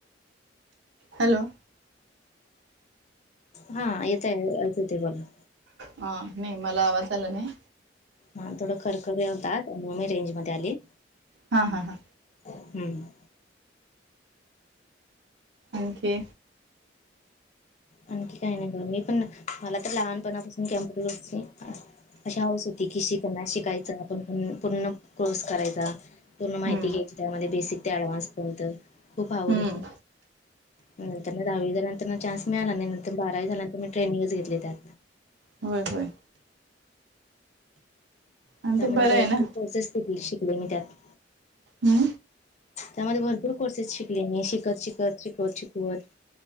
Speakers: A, on the right; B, on the left.
A: hello.
B: हा येतय आणखीन ते बोला.
A: हा, नाही मला आवाज आला नाही.
B: हा थोडं खरखरी होतात म्हणून मी रेंज मध्ये आली.
A: हा हा हा.
B: हम्म.
A: आणखी
B: आणखी काही नाही ग मी पण मला तर लहानपणापासून कॅम्प्यूटर अशी हौस होती कि शिकना शिकायचा आपण पण पूर्ण कोर्स करायचा पूर्ण
A: हम्म,
B: माहिती घ्यायची त्यामध्ये बेसिक ते ऍडव्हान्स पयंत खूप आवड
A: हम्म.
B: होती. म नंतर ना दहावी झाल्यानंतर चान्स मिळाला नाही नंतर बारावी झाल्यानंतर मी ट्रेनिंगच घेतली त्यात.
A: होय होय. आणि
B: त्यामुळे
A: ते बरं
B: भरपूर
A: आहे ना
B: कोर्सेसिक शिकले मी त्यात.
A: हा.
B: त्यामध्ये भरपूर कोर्सेस शिकले मी शिकत शिकत शिकवत शिकवत